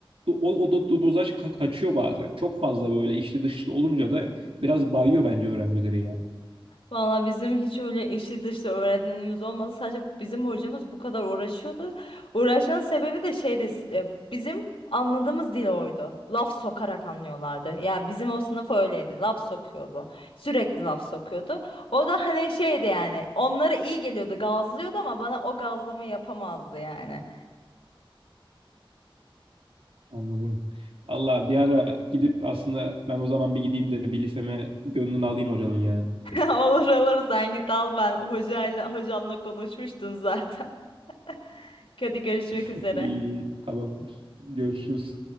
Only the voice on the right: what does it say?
do- o, o do- do- dozaj ka- kaçıyor bazen. Çok fazla böyle içli dışlı olunca da biraz bayıyor bence öğrencileri ya.
Anladım. Allah bir ara gidip aslında ben o zaman bir gideyim de bir liseme gönlünü alayım hocanın ya.
<laughs>
İyi, tamam. Görüşürüz.